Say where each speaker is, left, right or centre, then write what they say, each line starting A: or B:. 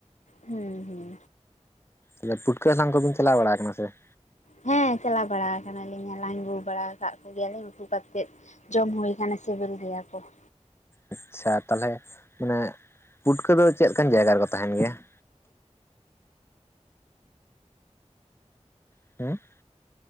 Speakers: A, on the left; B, on the left.
A: ᱦᱩᱸ ᱦᱩᱸ
B: ᱚᱱᱮ ᱯᱩᱴᱠᱟᱹ ᱦᱟᱞᱟᱝ ᱠᱚᱵᱤᱱ ᱪᱟᱞᱟᱣ ᱵᱟᱲᱟ ᱠᱟᱱᱟ ᱥᱮ ᱾
A: ᱦᱮᱸ ᱪᱟᱞᱟᱣ ᱵᱟᱲᱟ ᱟᱠᱟᱱᱟ ᱞᱤᱧᱟ ᱦᱟᱞᱟᱝ ᱟᱹᱜᱩ ᱵᱟᱲᱟ ᱟᱠᱟᱜ ᱠᱚᱜᱮᱭᱟ ᱞᱤᱧ ᱩᱛᱩ ᱠᱟᱛᱮᱫ ᱡᱚᱢ ᱦᱩᱭ ᱠᱟᱱᱟ ᱥᱤᱵᱤᱞ ᱜᱮᱭᱟ ᱠᱚ ᱾
B: ᱟᱪᱪᱷᱟ ᱛᱟᱦᱚᱞᱮ ᱢᱟᱱᱮ ᱯᱩᱴᱠᱟᱹ ᱫᱚ ᱪᱮᱫ ᱞᱮᱠᱟᱱ ᱡᱟᱭᱜᱟ ᱨᱮᱠᱚ ᱛᱟᱦᱮᱱ ᱜᱮᱭᱟ ᱾ <inaudible>